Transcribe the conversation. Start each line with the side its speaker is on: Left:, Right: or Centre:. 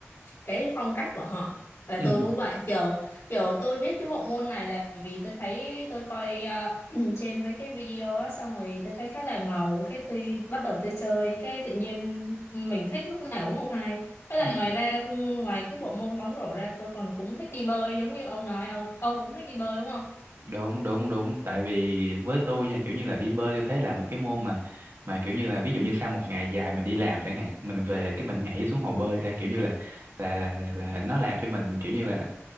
Left: cái phong cách của họ và
Right: Ừ.
Left: tôi cũng vậy kiểu kiểu tôi biết cái bộ môn này là vì tôi thấy tôi coi ờ, <clears throat> trên mấy cái video á xong rồi tôi thấy khá là ngầu cái tôi bắt đầu tôi chơi cái tự nhiên mình thích lúc nào cũng không hay với
Right: Ừ.
Left: lại ngoài ra ngoài cái bộ môn bóng rổ ra tôi còn cũng thích đi bơi giống như ông nói ông ông cũng thích đi bơi đúng không
Right: đúng đúng đúng tại vì với tôi nha kiểu như là đi bơi tôi thấy là một cái môn mà mà kiểu như là ví dụ như sau một ngày dài mình đi làm chẳng hạn mình về cái mình nhảy xuống hồ bơi ra kiểu như là là là là, là nó làm cho mình kiểu như là